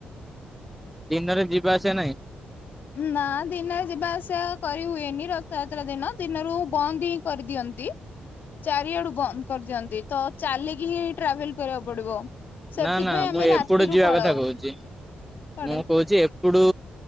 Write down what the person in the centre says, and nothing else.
ଦିନରେ ଯିବା ଆସିଆ ନାହିଁ।
ନା ନା
ମୁଁ ଏପଟେ
ଯିବା
କଥା କହୁଛି
ମୁଁ କହୁଛି ଏପଟୁ